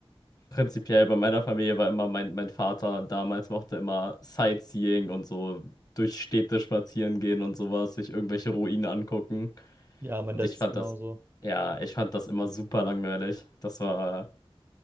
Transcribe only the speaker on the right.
ja, mein
Dad's
genauso.